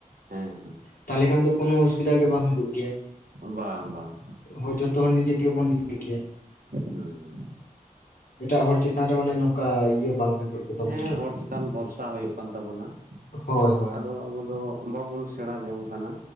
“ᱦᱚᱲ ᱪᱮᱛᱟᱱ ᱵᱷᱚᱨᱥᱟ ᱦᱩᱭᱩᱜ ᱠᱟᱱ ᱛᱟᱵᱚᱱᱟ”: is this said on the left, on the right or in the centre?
Right